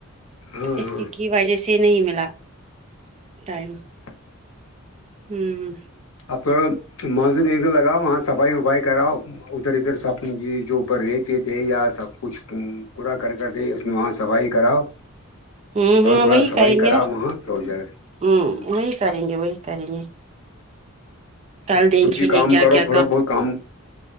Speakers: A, on the left (about 80°); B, on the right (about 30°).
A: ہاں
B: اس
A: ہاں
B: کی وجہ سے نہیں ملا ٹائم
A: اچھا
B: ہوں
A: آپ کو مزدور ایک دو لگاؤ وہاں صفائی وفائی کراؤ ادھر ادھر سپنی جی جو اوپرہے تھے یا سب کچھ پورا کر کرے اس میں وہاں صفائی کراؤ
B: ہوں
A: تھوڑا
B: ہاں
A: تھوڑا
B: وہی
A: صفائی
B: کریں
A: کراؤ
B: گے نا
A: وہاں ہو جائے
B: ہوں
A: ہ
B: وہی کریں گے وہی کریں گے کل
A: اب
B: دیکھیں
A: خود بھی
B: گے
A: کام
B: کیا
A: کرو
B: کیا
A: تھوڑا بہت کام